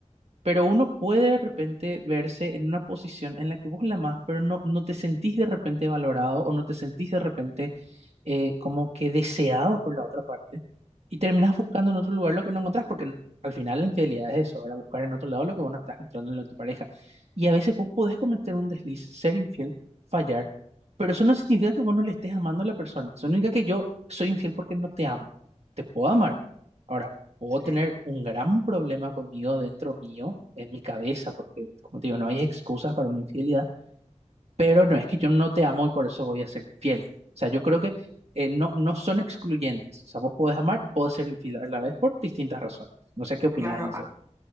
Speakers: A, on the right; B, on the right.
A: Pero uno puede de repente verse en una posición en la que vos la amás, pero no, no te sentís de repente valorado o no te sentís de repente eh, como que deseado por la otra parte. Y terminás buscando en otro lugar lo que no encontrás, porque al final la infidelidad es eso, ahora buscar en otro lado lo que vos no estás encontrando en tu pareja. Y a veces vos podés cometer un desliz, ser infiel, fallar, pero eso no significa que vos no le estés amando a la persona. Eso no significa que yo soy infiel porque no te amo. Te puedo amar. Ahora, puedo
B: Sí,
A: tener un gran problema conmigo dentro mío, en mi cabeza, porque como te digo, no hay excusas para una infidelidad pero no es que yo no te amo y por eso voy a ser infiel. O sea, yo creo que eh, no, no son excluyentes. O sea, vos podés amar y podés ser infiel a la vez por distintas razones. No sé qué opinás
B: claro.
A: en ese
B: ah,